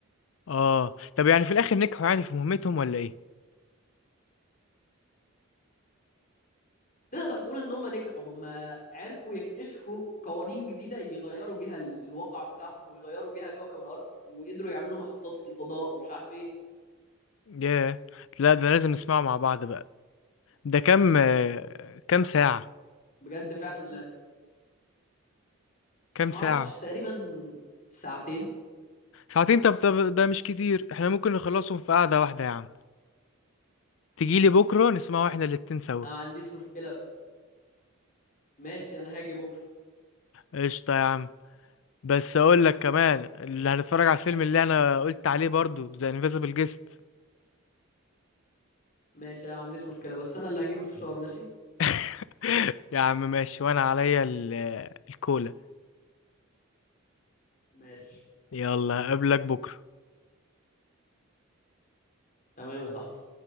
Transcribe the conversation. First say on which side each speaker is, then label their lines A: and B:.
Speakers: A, on the left (about 60°); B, on the left (about 40°).
A: اه طب يعني في الاخر نجحوا يعني في مهمتهم ولا ايه
B: تقدر تقول إن هم نجحوا هم عرفوا يكتشفوا قوانين جديدة يغيروا بيها الواقع بتاعهم ويغيروا بيها كوكب الأرض وقدروا يعملوا محطات في الفضاء ومش عارف إيه
A: ياه لا ده لازم نسمعه مع بعض بقى ده كام آه، كام ساعة
B: بجد فعلا لازم
A: كام
B: ما
A: ساعة
B: أعرفش تقريبا ساعتين
A: ساعتين طب طب ده مش كتير احنا ممكن نخلصهم في قعدة واحدة يا عم تجيلي بكرة نسمعه احنا الاتنين سوا
B: انا ما عنديش مشكله ماشي انا هاجي بكره
A: قشطة يا عم بس اقول لك كمان اللي هنتفرج على الفيلم اللي انا قلت عليه برضو ذا انفيزبل جيست
B: ماشي انا ما عنديش مشكله بس انا اللي هجيب الفشار ماشي
A: <laughs> يا عم ماشي وانا عليا ال- الكولا
B: ماشي
A: يلا اقابلك بكرة
B: تمام يا صاحبي